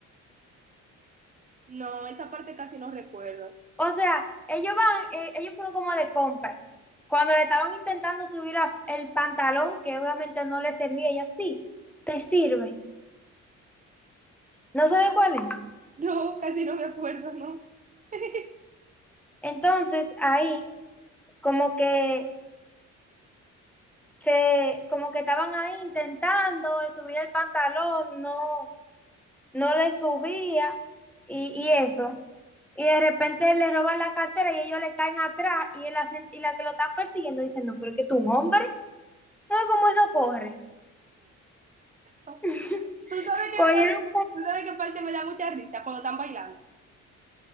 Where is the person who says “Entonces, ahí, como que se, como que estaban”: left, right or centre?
Centre